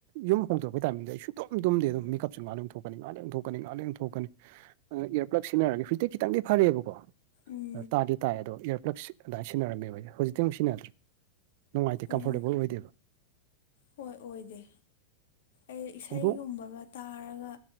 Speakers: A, on the right (about 60°); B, on the left (about 75°).
A: ꯌꯨꯝ ꯍꯣꯡꯗꯣꯛꯔꯄꯩ ꯇꯥꯏꯃꯤꯡꯗ ꯑꯩ ꯁꯨꯡꯇꯨꯝ ꯇꯨꯝꯗꯦ ꯑꯗꯨꯝ ꯃꯤꯀꯞꯁꯨ ꯉꯥ ꯂꯩ ꯊꯣꯛꯀꯅꯤ ꯉꯥ ꯂꯩ ꯊꯣꯛꯀꯅꯤ ꯉꯍꯥꯛ ꯂꯩ ꯑꯃꯨꯛ ꯊꯣꯛꯀꯅꯤ꯫ ꯏꯌꯥꯔ ꯄ꯭ꯂꯒ ꯁꯤꯖꯤꯟꯅꯔꯅꯤ ꯍꯧꯖꯤꯛꯇꯤ ꯈꯤꯇꯪꯗꯤ ꯐꯔꯦꯕꯀꯣ꯫
B: ꯎꯝ
A: ꯇꯥꯗꯤ ꯇꯥꯏꯌꯦ ꯑꯗꯣ ꯏꯌꯥꯔꯄ꯭ꯂꯛꯁ ꯑꯗꯨꯃꯅ ꯁꯤꯟꯅꯝꯃꯦꯕꯖꯤꯦ ꯍꯧꯖꯤꯛꯇꯤꯨ ꯁꯤꯟꯅꯗ꯭ꯔꯦ ꯅꯨꯡꯉꯥꯏꯇꯦ ꯀꯝꯐꯣꯔꯇꯦꯕꯜ
B: ꯎꯝ
A: ꯑꯣꯏꯗꯦꯕꯥ꯫
B: ꯍꯣꯏ ꯑꯣꯏꯗꯦ ꯑꯩ ꯏꯁꯩꯒꯨꯝꯕꯒꯥ
A: ꯍꯧꯗꯣꯛ
B: ꯇꯥꯔꯒꯥ꯫